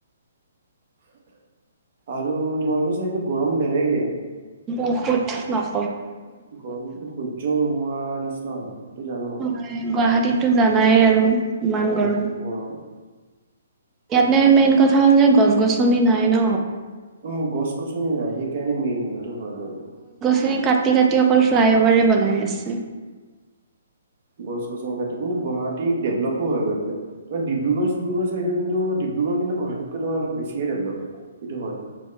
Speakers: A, on the right; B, on the right.
A: আৰু তোমালোকৰ চা এইটো গৰম বেলেগে।
B: বহুত নক
A: গৰমটো সহ্য নোহোৱাৰ নিচিনা হয়। জানো মই।
B: হয়, গুৱাহাটীতটো জানাই আৰু। ইমান
A: আহ'
B: গৰম।
A: গৰম।
B: ইয়াতে মেইন কথা হ'ল যে গছ-গছনি নাই ন।
A: অ' গছ-গছনি নাই সেইকাৰণে মেইন হৈয়টো হয় বাৰু।
B: কাটি-কাটি অকল ফ্লাই অভাৰে বনাই আছে।
A: গছ-গছন কাটি কিন্তু গুৱাহাটী ডেভেলপো হয় গৈ পেলাই, তাপা ডিব্ৰুগড়-চিব্ৰুগড় চাইডে কিন্তু ডিব্ৰুগড় কিন্তু গুৱাহাটীতকৈ ত' অলপ বেছিয়ে ডেভেলপ হ'ল সৈইটো হয়।